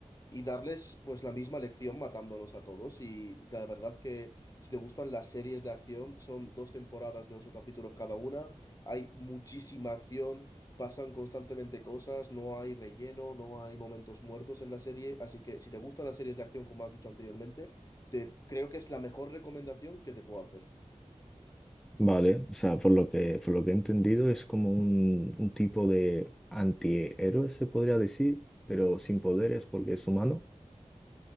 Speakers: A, on the left; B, in the centre.
A: y darles pues la misma lección matándolos a todos. Y la verdad que si te gustan las series de acción, son dos temporadas de ocho capítulos cada una, hay muchísima acción, pasan constantemente cosas, no hay relleno, no hay momentos muertos en la serie, así que si te gustan las series de acción como has dicho anteriormente, te creo que es la mejor recomendación que te puedo hacer.
B: Vale, o sea, por lo que, por lo que he entendido, es como un, un tipo de antihéroe, se podría decir, pero sin poderes porque es humano.